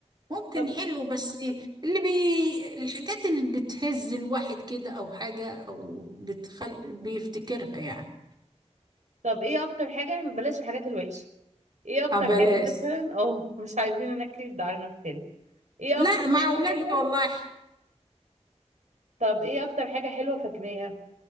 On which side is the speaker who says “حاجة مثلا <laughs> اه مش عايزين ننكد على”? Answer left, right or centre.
Right